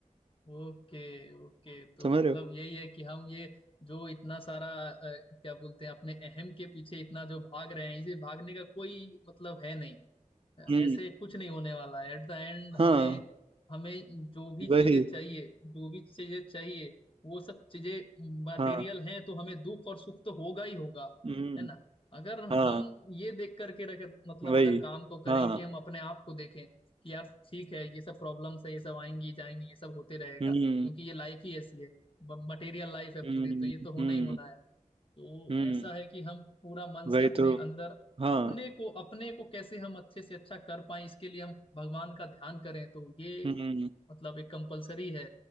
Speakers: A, on the left; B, on the right.
A: ओके ओके तो
B: समझ
A: मतलब
B: रहे हो
A: यही है कि हम ये जो इतना सारा अ, क्या बोलते हैं अपने अहम के पीछे इतना जो भाग रहे हैं इसे भागने का कोई मतलब है नहीं
B: हम्म
A: ऐसे कुछ नहीं होने वाला है एट द एंड
B: हाँ
A: हमें हमें जो भी
B: वही
A: चीजें चाहिए जो भी चीजें चाहिए वो सब चीजें मटेरियल
B: हाँ
A: हैं तो हमें दुख और सुख तो होगा ही होगा
B: हम्म
A: है ना अगर
B: हाँ
A: हम ये देख करके रख मतलब
B: वही
A: अगर काम को करें
B: हाँ
A: कि हम अपने आप को देखें कि यार ठीक है ये सब प्रॉब्लम्स है ये सब आएंगी जाएंगी ये सब होते रहेगा
B: हम्म
A: क्योंकि ये लाइफ ही ऐसी है मटेरियल लाइफ है
B: हम्म
A: पूरी तो ये तो होना
B: हम्म
A: ही होना है तो
B: हम्म
A: ऐसा है कि हम पूरा मन
B: वही
A: से अपने
B: तो
A: अंदर
B: हाँ
A: अपने को अपने को कैसे हम अच्छे से अच्छा कर पाए इसके लिए हम भगवान का ध्यान करें तो ये
B: हम्म
A: मतलब एक कंपलसरी है